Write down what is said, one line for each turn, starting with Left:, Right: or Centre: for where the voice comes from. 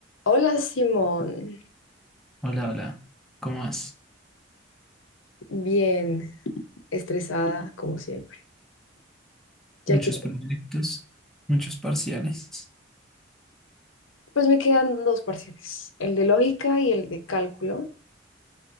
Left: Hola Simón,
Centre: Hola, hola. ¿Cómo vas?
Left: bien estresada como siempre. Ya
Centre: Muchos
Left: que
Centre: proyectos, muchos parciales.
Left: pues me quedan dos parciales, el de lógica y el de cálculo,